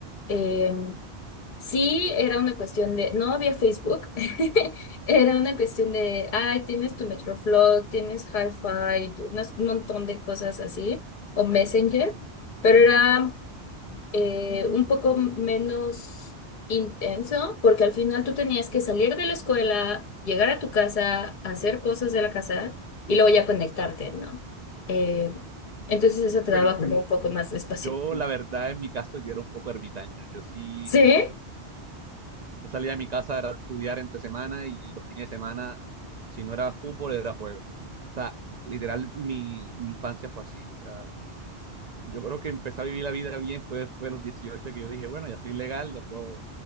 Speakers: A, on the left; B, on the right.
A: eh, sí era una cuestión de, no había Facebook, <laughs> era una cuestión de, ay, tienes tu Metroflog, tienes hi unas, un montón de cosas así, o Messenger, pero era eh, un poco menos intenso, porque al final tú tenías que salir de la escuela, llegar a tu casa, hacer cosas de la casa y luego ya conectarte, ¿no? Eh, entonces eso te
B: bueno,
A: daba como un poco más de espacio.
B: yo la verdad en mi caso yo era un poco ermitaño. Yo sí
A: ¿Sí?
B: Yo salía de mi casa, era estudiar entre semana y los fines de semana, si no era fútbol, era juego. O sea, literal, mi, mi infancia fue así. O sea, yo creo que empecé a vivir la vida bien fue después de los 18 que yo dije, bueno, ya soy legal, ya puedo,